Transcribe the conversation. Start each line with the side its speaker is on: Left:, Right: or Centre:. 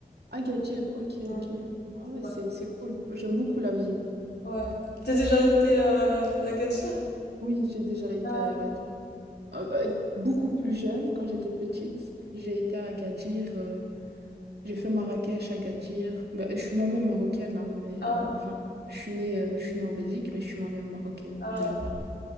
Right: Agadir? Ok,
Left: Ouais.
Right: ok. Ah ouais,
Left: Ouais.
Right: c'est, c'est cool. Moi, j'aime beaucoup la ville.
Left: ouais. T'as déjà été euh, à Agadir?
Right: Oui, j'ai déjà été
Left: Ah,
Right: à Agadir. Euh, euh, beaucoup plus jeune, quand j'étais petite, j'ai été à Agadir. euh, J'ai fait Marrakech, Agadir. Bah, je suis moi-même marocaine, hein, mais
Left: ah,
Right: euh, enfin, je suis née, euh, je suis née en Belgique, mais je suis moi-même marocaine
Left: ah,
Right: de mes parents.